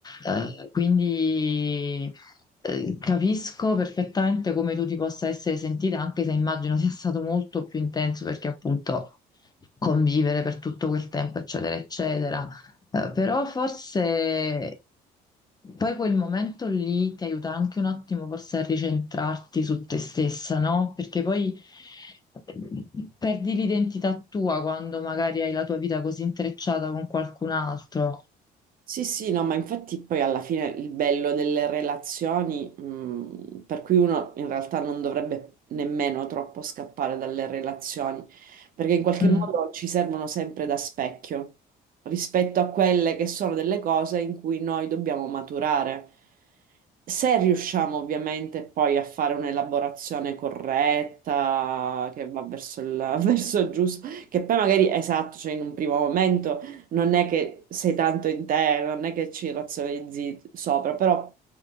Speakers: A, on the left (about 25°); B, on the right (about 55°).
A: eh, quindi... eh, Capisco perfettamente come tu ti possa essere sentita, anche se immagino sia stato molto più intenso perché appunto convivere per tutto quel tempo, eccetera, eccetera. Eh, Però forse poi quel momento lì ti aiuta anche un attimo forse a ricentrarti su te stessa, no? Perché poi eh, perdi l'identità tua quando magari hai la tua vita così intrecciata con qualcun altro.
B: Sì, sì, no, ma infatti poi alla fine il bello delle relazioni, mh, per cui uno in realtà non dovrebbe nemmeno troppo scappare dalle relazioni, perché in qualche
A: Mm,
B: modo ci servono sempre da specchio rispetto a quelle che sono delle cose in cui noi dobbiamo maturare. Se riusciamo ovviamente poi a fare un'elaborazione corretta che va verso il, <laughs> verso il giusto, che poi magari esatto, cioè in un primo momento non è che sei tanto in te, non è che ci razionalizzi sopra, però